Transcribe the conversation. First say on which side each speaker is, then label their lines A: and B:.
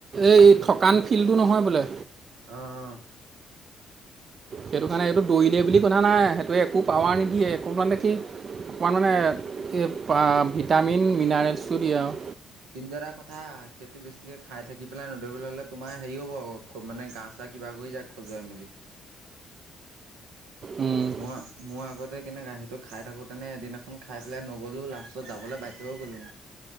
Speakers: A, on the right; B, on the right.
A: এই থকান ফিলটো নহয় বোলে।
B: অ', অ'।
A: সেইটো কাৰণে এইটো দৌৰিলেয় বুলি কনা নাই সেইটোৱে একো পাৱাৰ নিদিয়ে এক <unintelligible> অকণমান মানে এই ভিটামিন মিনাৰেলছো দিয়ে আৰু।
B: কিন্তু এটা কথা সেইটো বেছিকে খাই থাকি পেলাই নধৰিবলৈ হলে তোমাৰ হেৰি হ'ব আ খুব মানে গা চা কিবা কৰি যাক খজুৱাই মেলি।
A: উম,
B: মই মই আগতে কেনে গা সিটো খাই থাকো তেনে এদিনাখন খাই পেলাই নগলো লাষ্টত যাবলৈ বাধ্য গ <unintelligible>